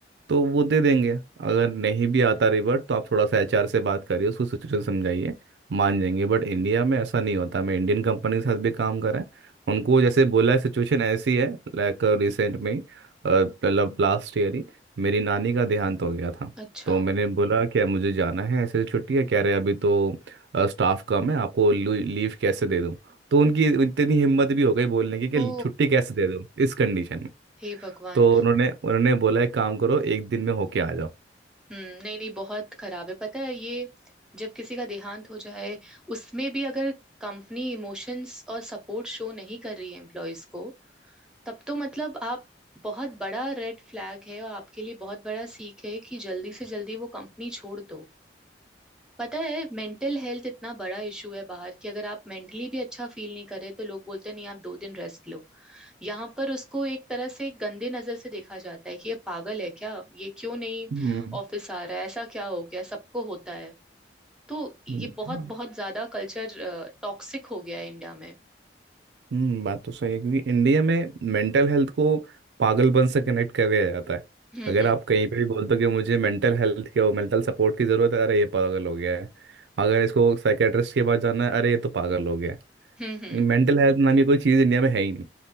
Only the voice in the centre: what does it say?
अच्छा
ओ
हे भगवान
हम्म नहीं नहीं बहुत खराब है पता है ये जब किसी का देहांत हो जाए उसमें भी अगर कंपनी इमोशंस और सपोर्ट शो नहीं कर रही है एम्प्लॉयज को तब तो मतलब आप बहुत बड़ा रेड फ्लैग है और आपके लिए बहुत बड़ा सीख है कि जल्दी से जल्दी वो कंपनी छोड़ दो पता है मेंटल हेल्थ इतना बड़ा इशू है बाहर कि अगर आप मेंटली भी अच्छा फील नहीं कर रहे तो लोग बोलते हैं नहीं आप दो दिन रेस्ट लो यहाँ पर उसको एक तरह से गंदे नजर से देखा जाता है कि ये पागल है क्या ये क्यों नहीं
ऑफिस आ रहा है ऐसा क्या हो गया सबको होता है तो ये
बहुत
बहुत ज्यादा कल्चर टॉक्सिक हो गया है इंडिया में
हम्म
हम्म
हम्म हम्म